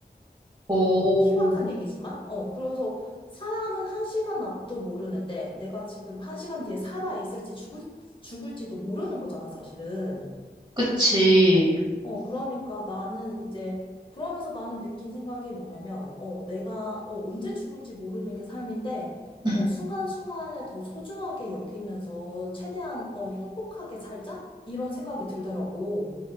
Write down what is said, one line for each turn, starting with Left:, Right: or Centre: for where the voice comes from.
Right: 오,
Left: 뭐 희박한 얘기지만, 어, 그래서 사람은 한 시간 앞도 모르는데 내가 지금 한 시간 뒤에 살아있을지 죽을, 죽을지도 모르는 거잖아, 사실은.
Right: 그치.
Left: 어, 그러니까 나는 이제, 그러면서 나는 느낀 생각이 뭐냐면, 어, 내가, 어, 언제 죽을지 모르는 게 삶인데,
Right: 응.
Left: 어, 순간순간에 더 소중하게 여기면서 최대한, 어, 행복하게 살자? 이런 생각이 들더라고.